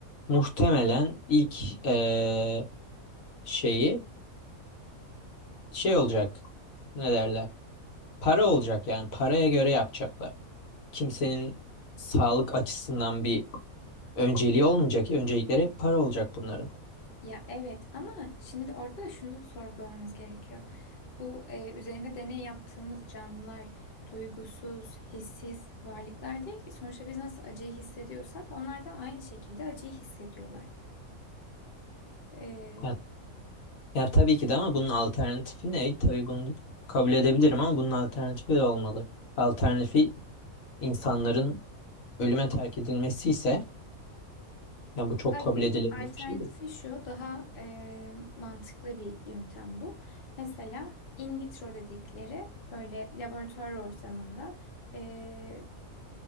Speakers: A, on the left; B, on the left.
A: muhtemelen ilk e, şeyi şey olacak. Ne derler? Para olacak yani paraya göre yapacaklar. Kimsenin sağlık açısından bir önceliği olmayacak. Öncelikleri hep para olacak bunların.
B: Ya evet ama şimdi orada da şunu sorgulamamız gerekiyor. Bu e, üzerinde deney yaptığımız canlılar duygusuz, hissiz varlıklar değil ki. Sonuçta biz nasıl acıyı hissediyorsak onlar da aynı şekilde acıyı hissediyorlar. E,
A: Ya Ya tabii ki de ama bunun alternatifi ne? Tabii bunu kabul edebilirim ama bunun alternatifi de olmalı. Alternatifi insanların ölüme terk edilmesi ise ya bu çok
B: Hayır,
A: kabul edilebilir
B: alternatifi
A: bir şey değil.
B: şu daha e, mantıklı bir yöntem bu. Mesela in vitro dedikleri böyle laboratuvar ortamında e,